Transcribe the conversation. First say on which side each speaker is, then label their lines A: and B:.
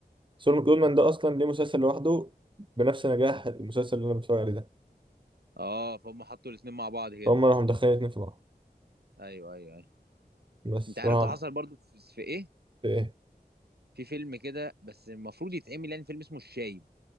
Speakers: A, on the right (about 30°); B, on the right (about 80°).
A: سول جودمان ده اصلا ليه مسلسل لوحده بنفس نجاح المسلسل اللي انا بتفرج عليه ده
B: اه فهم حطوا الاثنين مع بعض كده
A: فهم راحوا مدخلين اتنين في بعض
B: ايوه ايوه ايوه
A: بس
B: انت عارف
A: وهم
B: ده حصل برضو في, في ايه
A: ايه
B: في فيلم كده بس المفروض يتعمل يعني فيلم اسمه الشايب